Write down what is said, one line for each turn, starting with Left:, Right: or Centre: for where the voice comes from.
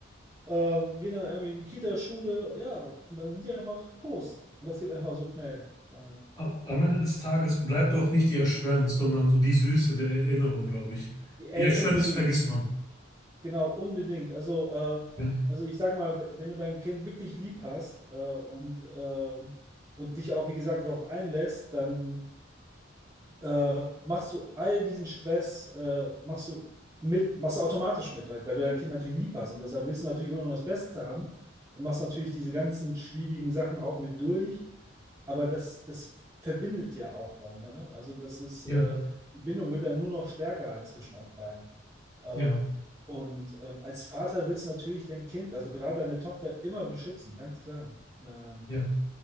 Right: ähm, gehen dann irgendwie in die Kita, Schule, ja, und dann sind die einfach groß. Und das geht einfach so schnell. Äh,
Left: A- Am Ende des Tages bleibt auch nicht die Erschwernis, sondern so die Süße der Erinnerung, glaube ich. Die
Right: ey,
Left: Erschwernis
Right: unbedingt.
Left: vergisst man.
Right: Genau, unbedingt. Also, äh,
Left: Ja,
Right: also ich sag mal, w- wenn du dein Kind wirklich lieb hast äh, und, äh, und dich auch, wie gesagt, darauf einlässt, dann äh, machst du all diesen Stress, äh, machst du mit, machst du automatisch mit, halt, weil du dein Kind natürlich lieb hast und deshalb willst du natürlich immer nur das Beste haben und machst natürlich diese ganzen schwierigen Sachen auch mit durch, aber das, das verbindet ja auch dann, ne? Also das ist,
Left: ja,
Right: äh, die Bindung wird dann nur noch stärker halt zwischen euch beiden. Äh,
Left: ja,
Right: und ähm, als Vater willst du natürlich dein Kind, also gerade deine Tochter, immer beschützen, ganz klar. Ähm,
Left: ja.